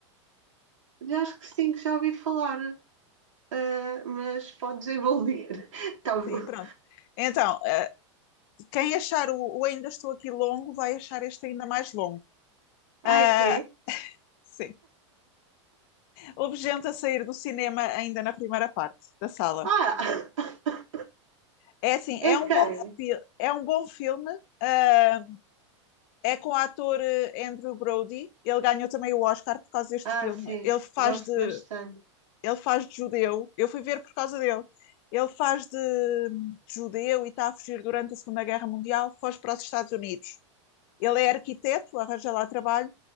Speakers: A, on the right (about 85°); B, on the left (about 50°).
A: já acho que sim, que já ouvi falar, ah, mas pode desenvolver. <laughs> Talvez.
B: Sim, pronto. Então, eh, Quem achar o, o Ainda Estou Aqui longo vai achar este ainda mais longo.
A: Ah,
B: Ah,
A: é?
B: sim. Houve gente a sair do cinema ainda na primeira parte da sala.
A: Ah, <laughs>
B: É assim,
A: é
B: é
A: de
B: um
A: quem?
B: bom, fi- é um bom filme. ah, é com o ator eh, Andrew Brody. Ele ganhou também o Oscar por causa deste
A: Ah,
B: filme.
A: sim,
B: Ele faz
A: gosto
B: de,
A: bastante.
B: ele faz de judeu. Eu fui ver por causa dele. Ele faz de, de judeu e está a fugir durante a Segunda Guerra Mundial, foge para os Estados Unidos. Ele é arquiteto, arranja lá trabalho,